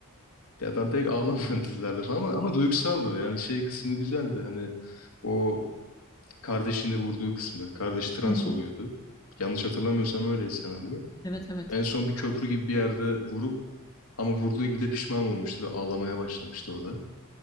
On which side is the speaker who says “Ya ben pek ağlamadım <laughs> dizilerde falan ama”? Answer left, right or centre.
Left